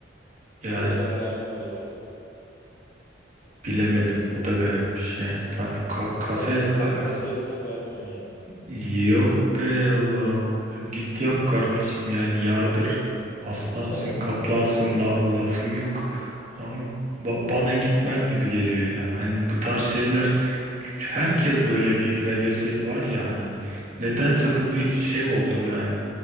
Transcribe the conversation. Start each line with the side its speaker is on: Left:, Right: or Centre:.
Right: yani
Left: Öyle bir hayalim var ileride.
Right: bilemedim. O da garipmiş yani. Hani ka- kafe
Left: Ama Sen de
Right: ha-
Left: ne, ne söylesem beğenmiyorsun ya.
Right: Yok be Allah'ım. Ya Git yap kardeşim yani yardır. Aslansın,
Left: İnşallah
Right: kaplansın
Left: bakalım.
Right: la- lafım yok. Ama ba- bana gitmez gibi geliyor ya. Hani bu tarz şeyler herkes böyle bir hevesi var ya hani. Nedense bu bir şey oldu yani